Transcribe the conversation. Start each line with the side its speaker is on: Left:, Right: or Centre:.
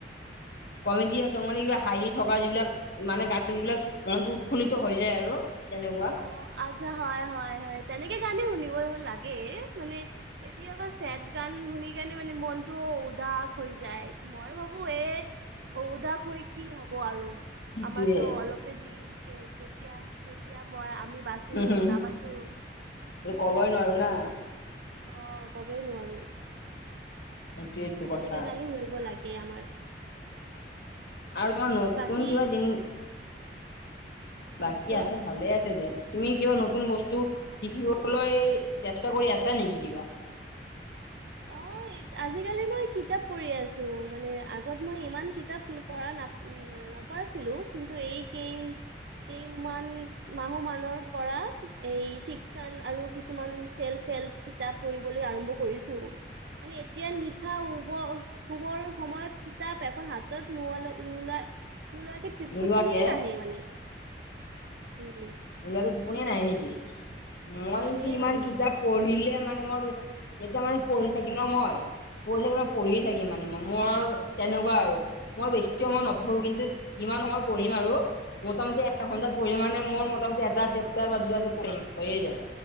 Left: কমেডি আছে, মানে কিবা হাঁহি থকা যিবিলাক মানে গান যিবিলাক মনটো উৎফুল্লিত হৈ যায় আৰু। তেনেকুৱা
Right: অ আচ্ছা <unintelligible> হয় হয় হয় তেনেকে গানে শুনি লাগে, মানে কেতিয়াবা চেদ গান শুনি কেনে মানে মনতটো উদাস যাই, মই ভাবো এ উদাস হৈ কি হব আৰু।
Left: সেইটোয়ে
Right: আমাৰতো অলপে দিন কে কেতিয়া কেতিয়া মই আমি বাচো
Left: হম হম।
Right: নাবাচো
Left: ক'বই
Right: এইবিলাকে।
Left: নোৱাৰো না
Right: অ কবই নোৱাৰো।
Left: সেইটোয়েটো
Right: তেনেকে
Left: কথা
Right: কাৰণেই শুনিব লাগে আমাৰ।
Left: আৰু তোমাৰ নতুন
Right: বাকী
Left: কিবা জ- বাকী
Right: অ', কোৱা।
Left: আছে ভালে আছে দিয়ক। তুমি কিবা নতুন বস্তু শিকিবলৈ চেষ্টা কৰি আছা নেকি কিবা?
Right: অ। আজিকালি মই কিতাপ পঢ়ি আছো, মানে আগত মই ইমান কিতাপ পঢ়া নপ মানে। কৰাছিলো। কিন্তু এইকেই কেই মাহ মানৰ পৰা এই ফিকচন আৰু কিছুমান চেল ফেল কিতাপ পঢ়িবলৈ আৰম্ভ কৰিছো। মানে এতিয়া নিশা উব- শুবৰ সময়ত কিতাপ এখন হাতত নো নোলাই। নো লাকে টপ
Left: নোলোৱাকে
Right: টোপনিয়ে নাহে মানে উম।
Left: মোৰলে টোপনীয়া নাই নেকি। মই
Right: নাহে
Left: কিন্তু ইমান
Right: মানে
Left: কিতাপ পঢ়িলে মানে মোৰ- এতিয়া মানে পঢ়ি থাকিম মই, পঢ়ি থাকি মই পঢ়ি থাকিম মানে মই মোৰ তেনেকুৱা আৰু মই বেছি সময় নপঢ়ো, কিন্তু- ইমান সময় পঢ়িম আৰু- মোটামুটি এঘণ্টাত
Right: ঠিক
Left: পঢ়িল মানে মোৰ মোটামুটি এটা চেপতাৰ বা দুটা চেপতাৰ হৈয়ে যায়।